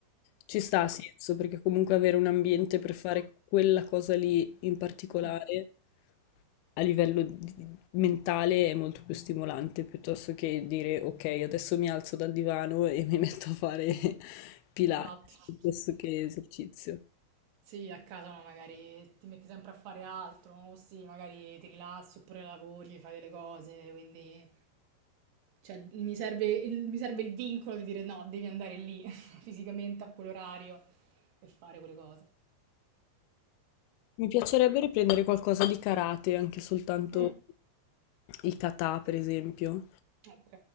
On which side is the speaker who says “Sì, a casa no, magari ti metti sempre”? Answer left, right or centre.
Right